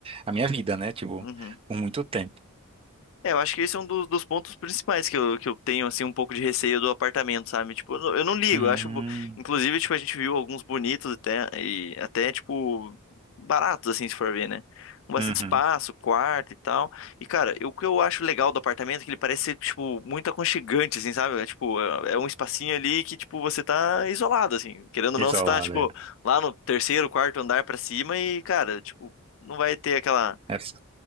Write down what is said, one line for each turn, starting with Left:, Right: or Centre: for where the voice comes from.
Right: a minha vida, né? Tipo,
Left: uhum.
Right: por muito tempo.
Left: É, eu acho que esse é um dos, dos pontos principais que eu, que eu tenho, assim, um pouco de receio do apartamento, sabe? Tipo, eu não eu não ligo,
Right: Hum,
Left: eu acho... bo- Inclusive, tipo, a gente viu alguns bonitos até, e até, tipo, baratos, assim, se for ver, né? Com bastante
Right: uhum.
Left: espaço, quarto e tal. E, cara, eu- o que eu acho legal do apartamento é que ele parece ser, tipo, muito aconchegante, assim, sabe? É, tipo, é é um espacinho ali que, tipo, você tá isolado, assim. Querendo ou
Right: Isolada,
Left: não, você tá, tipo,
Right: é.
Left: lá no terceiro, quarto andar pra cima e, cara, tipo, não vai ter aquela...
Right: Essa-